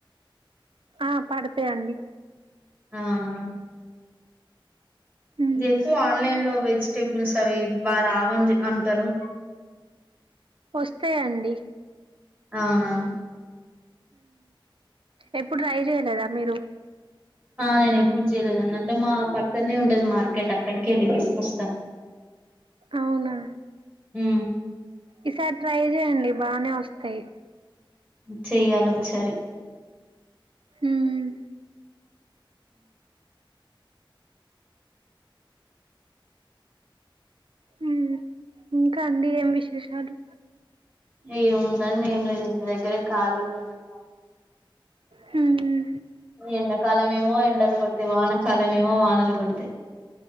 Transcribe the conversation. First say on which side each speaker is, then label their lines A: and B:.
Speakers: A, on the right; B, on the right.
A: ఆ పడతాయండి
B: ఆహా
A: మ్మ్
B: ఎక్కువ ఆన్లైన్ లో వెజిటేబుల్స్ అవి బా రావనీ అంటారు
A: వస్తాయ్ అండి
B: అవునా
A: ఎప్పుడు ట్రై చెయ్యలేదా మీరు
B: ఆ నేను ఎప్పుడు చేయలేదున్నడి అంటే మా పక్కనే ఉ ఉంటది మార్కెట్ అక్కడికే వెళ్ళి తీసుకొస్తాం
A: అవునా
B: హు
A: ఈసారి ట్రై చేయండి బానే వస్తాయి
B: చెయ్యాలి ఒకసారి
A: ఉమ్ ఉమ్ ఇంకా అండి ఏం విశేషాలు
B: ఏముందండి ఏం లేదు దగ్గరే ఖాళీగా ఉంటున్నాం
A: హ్మ్
B: ఎండాకాలం ఏమో ఎండలు కొడతాయి వానకాలం ఏమో వానలు కొడతాయి